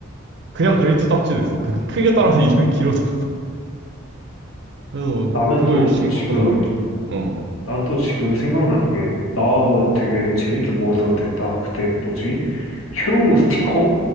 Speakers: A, on the right (about 55°); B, on the left (about 70°).
A: 그냥 그레이트 딱지도 있어. 그 크기에 따라서 <laughs> 이름이 길어졌어. 그래서
B: 나는
A: 그거
B: 또
A: 열심히
B: 지금,
A: 갖고 놀았는데. 어.
B: 난 또 지금 생각나는 게, 나 되게 재밌게 모았었는데, 나 그때 뭐지? 회로로 스티커?